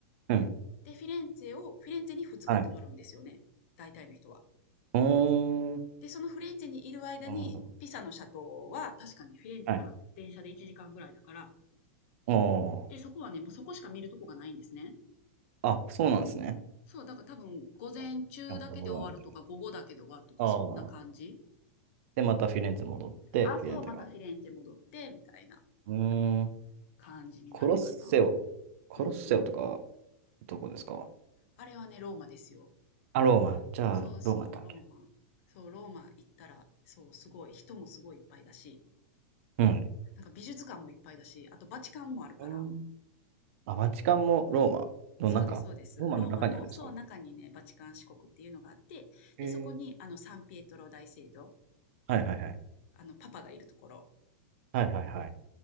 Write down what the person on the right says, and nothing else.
うん。
はい。
おー。
なるほど
はい。おー。
あ、そうなんですね。
うんじゃあまた戻らない。
ああ。
で、またフィレンツェ戻って、
フィレンツェが。
うーん。
コロッセオ。
コロッセオとか、どこですか
あ、ローマ。じゃあ、
ローマか。
うん。
うん。あ、バチカンもローマの中ローマの中にあるんですか
へえ。
はいはいはい。
はいはいはい。